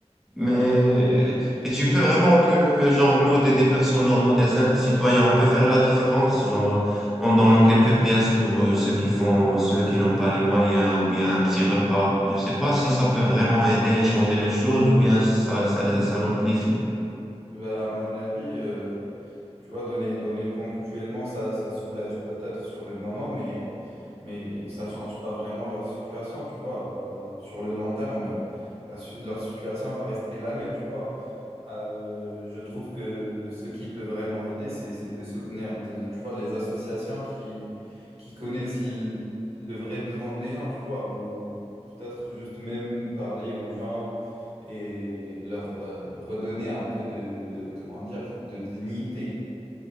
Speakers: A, in the centre; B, on the right.
A: Mais
B: Ouais.
A: et tu peux vraiment que, genre, nous, des, des personnes normaux, des simples citoyens, on peut faire la différence, genre, en donnant quelques pièces pour euh, ceux qui font, ceux qui n'ont pas les moyens, ou bien un petit repas. Je sais pas si ça peut vraiment aider à changer les choses, ou bien ça, ça, les- ça l'amplifie.
B: Bah, à mon avis, euh, tu vois, donner donner ponctuellement, ça ça soulage peut-être sur le moment, mais mais ça change pas vraiment leur situation, tu vois. Bah, Sur le long terme, euh, la su- leur situation va rester la même, tu vois. Euh, je trouve que ce qui peut vraiment aider, c'est, c'est de soutenir, de, tu vois, les associations qui, qui connaissent le, le vrai besoin des gens, tu vois, ou peut-être juste même parler aux gens et leur euh, redonner un peu de, de, comment dire, de dignité.